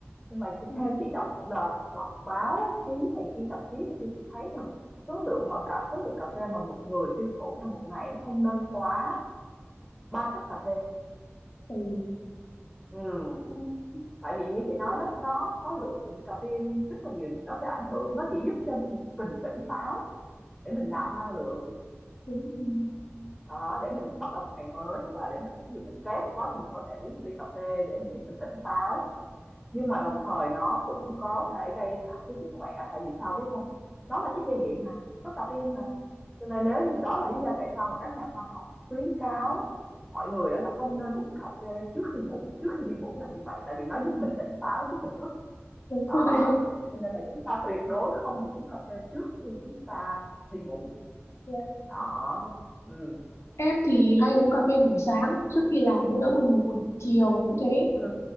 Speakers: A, in the centre; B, on the left.
A: Nhưng mà th
B: ừ.
A: theo chị đọc là đọc báo chí này kia, tạp chí này kia chị thấy rằng số lượng mà cả số lượng cà phê mà một người tiêu thụ trong một ngày nó không nên quá 3 tách cà phê.
B: Ừ.
A: Ừm,
B: Không,
A: tại vì như chị nói đó, nó có lượng caffeine rất là nhiều nó sẽ ảnh hưởng, nó chỉ giúp cho mình tỉnh táo để mình nạp năng lượng
B: đúng rồi.
A: đó để mình bắt đầu một ngày mới hoặc là để mình thí dụ mình stress quá thì mình có thể uống một ly cà phê để mình giúp mình tỉnh táo nhưng mà đồng thời nó cũng có thể gây hại tới sức khỏe tại vì sao biết không nó là chất gây nghiện mà có caffeine mà cho nên nếu đó là lý do tại sao mà các nhà khoa học khuyến cáo mọi người đó là không nên uống cà phê trước khi ngủ trước khi đi ngủ là như vậy tại vì nó giúp mình tỉnh táo nó giúp mình thức
B: Đúng
A: đó
B: rồi. <laughs>
A: cho nên là chúng ta tuyệt đối không được uống cà phê trước khi chúng ta đi ngủ
B: Dạ.
A: đó ừ
B: Em thì hay uống cà phê buổi sáng trước khi làm cho đỡ buồn ngủ, chiều cũng thế.
A: ừ